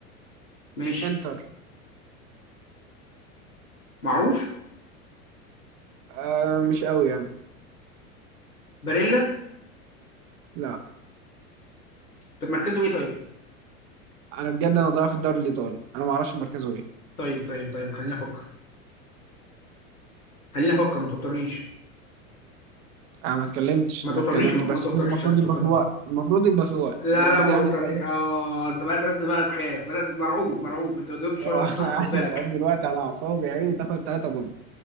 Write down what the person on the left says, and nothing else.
ماشي
معروف
باريلا
طب مركزه ايه طيب
طيب طيب طيب خليني افكر خليني افكر ما توترنيش
ما
توترنيش
ما
توترنيش
ما
توترنيش
لا
لا ما
توترنيش
اه انت بقى بدات بقى تخاف بدات مرعوب مرعوب انت ما جاوبتش
ولا واحده صح
خد بالك